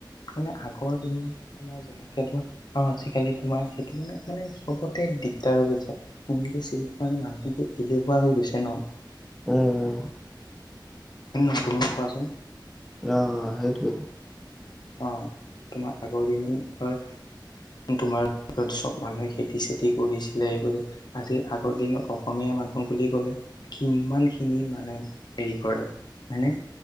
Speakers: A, on the left; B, in the centre.
A: মানে আগৰ দিন তোমাৰ যেনেকে ধৰ আৰু আজিকালি তোমাৰ সেইটো মানে, মানে চবতে দিগদাৰ হৈ গৈছে। <inaudible> মানুহবোৰ এলেহুৱা হৈ গৈছে ন,
B: উম,
A: উম, নহয় তুমি কোৱাচোন।
B: অ, সেইটোৱে।
A: অ, তোমাৰ আগৰ <inaudible> ধৰ তোমাৰ ঘৰত চ'ব মানুহে খেতি-চেতি কৰিছিলে এ আজি আগৰ দিনত অসমীয়া মানুহ বুলি ক'লে। কিমানখিনি মানে হেৰি কৰে, হয় নে?